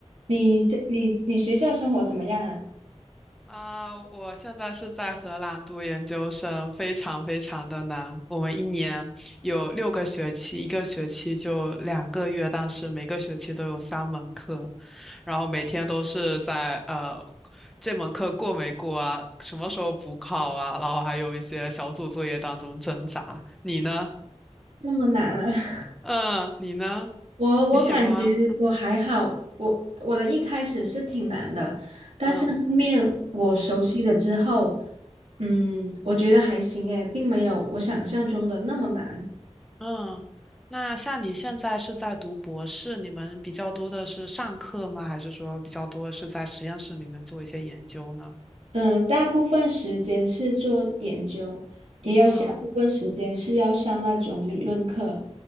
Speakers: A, on the right; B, in the centre.
A: 你这你你学校生活怎么样啊？
B: 啊，我现在是在荷兰读研究生，非常非常的难。我们一年有六个学期，一个学期就两个月，但是每个学期都有三门课，然后每天都是在呃这门课过没过啊，什么时候补考啊，然后还有一些小组作业当中挣扎。你呢？
A: <laughs> 这么难啊！
B: 嗯，你呢？
A: <laughs> 我我感觉我还好，
B: 你喜欢？
A: 我我的一开始是挺难的，但是后面我熟悉了之后，
B: 嗯。
A: 嗯，我觉得还行诶，并没有我想象中的那么难。
B: 嗯，那像你现在是在读博士，你们比较多的是上课吗？还是说比较多是在实验室里面做一些研究呢？
A: 嗯，大部分时间是做研究，也有小部分时间是要上那种理论课。
B: 嗯